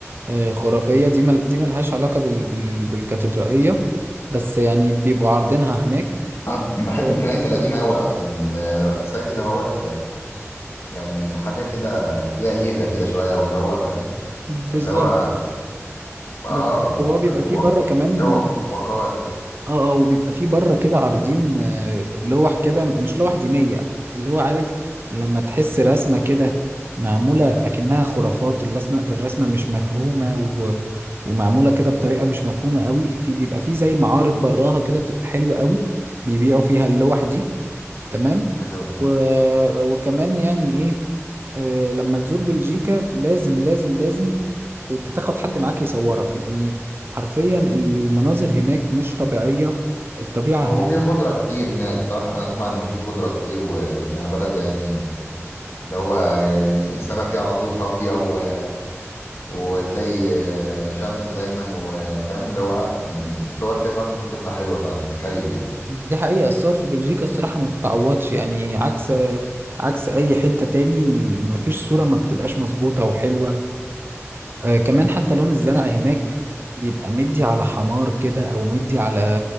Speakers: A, on the right; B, on the left.
A: آه، خرافية دي مل دي ملهاش علاقة بال بال بالكاتدرائية بس يعني بيبقوا عارضينها هناك
B: انا بحب
A: و-
B: الكنائس القديمه قوي اصلا اللي بحسها كده هوت يعني حاجه كده فيها هيبه كده شويه واللي هو فاهم
A: بالظبط
B: اللي هو اه
A: بالظبط
B: و...
A: هو بيبقى فيه بره
B: و...
A: كمان
B: فيها وق- وقار كده
A: اه اه وبيبقى في بره كده عارضين آه، لوح كده مش لوح دينية اللي هو عارف لما تحس رسمة كده معمولة أكنها خرافات الرسمة الرسمة مش مفهومة و... ومعمولة كده بطريقة مش مفهومة قوي في بيبقى في زي معارض براها كده بتبقى حلوة قوي بيبيعوا فيها اللوح دي تمام
B: حلو ده
A: و... وكمان يعني ايه آه، لما تزور بلجيكا لازم لازم لازم ت- تاخد حد معاك يصورك لأن حرفيا المناظر هناك مش طبيعية الطبيعة
B: هو
A: هناك
B: في خضره كتير هناك صح انا اسمع ان في خضره كتير و... وانها بلد يعني اللي هو يعني السما فيها على طول صافيه و... وتلاقي آه، شمس دايما وفاهم اللي هو يعني الصور فيها فعلا ممكن تطلع حلوه فعلا متخيل يعني
A: دي حقيقة الصور في بلجيكا الصراحة ما تتعوضش يعني عكس عكس أي حتة تاني مفيش صورة ما بتبقاش مظبوطة وحلوة آه، كمان حتى لون الزرع هناك بيبقى مدي على حمار كده او مدي على